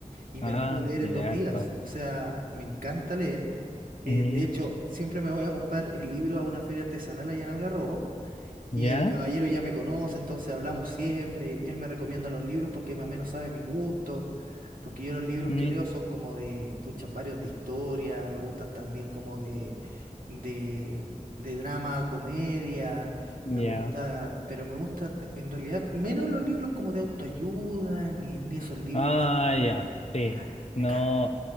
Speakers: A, on the right; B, on the left.
A: y me
B: Ah,
A: los puedo leer
B: cierto.
A: en dos días. O sea, me encanta leer. Eh,
B: Mis,
A: de hecho, siempre me voy a comprar el libro a una feria artesanal allá en Algarrobo
B: ya,
A: y el caballero ya me conoce, entonces hablamos siempre. Él me recomienda los libros porque más o menos sabe mis gustos. Porque yo los libros
B: mis,
A: que leo son como de, pucha, varios de historia. Me gustan también como de, de, de drama, comedia.
B: ya.
A: Me gusta, pero me gusta, de- en realidad, menos los libros como de autoayuda, ni, ni esos libros.
B: Ah,
A: ¿no?
B: ya, sí.
A: Me cargan, me
B: No,
A: cargan.